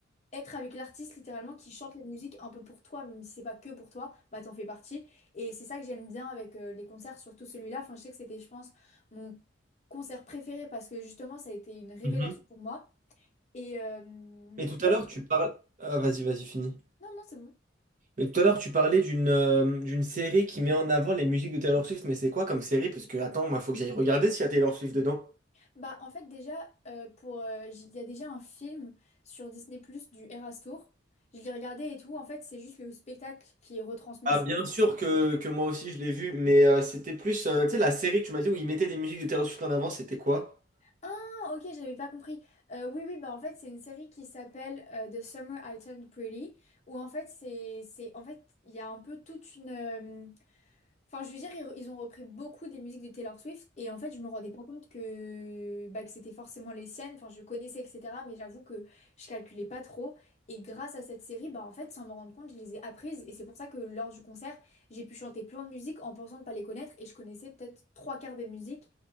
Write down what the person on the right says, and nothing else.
mhm.
Et tout
à l'heure, tu parles. Ah, vas-y, vas-y, fini.
Mais tout à l'heure, tu parlais d'une euh, d'une série qui met en avant les musiques de Taylor Swift. Mais c'est quoi comme série? Parce que, attends, moi, faut que j'aille regarder s'il y a Taylor Swift dedans.
Ah, bien sûr que, que moi aussi, je l'ai vu. Mais euh, c'était plus. euh, tu sais, la série que tu m'as dit où ils mettaient des musiques de Taylor Swift en avant, c'était quoi?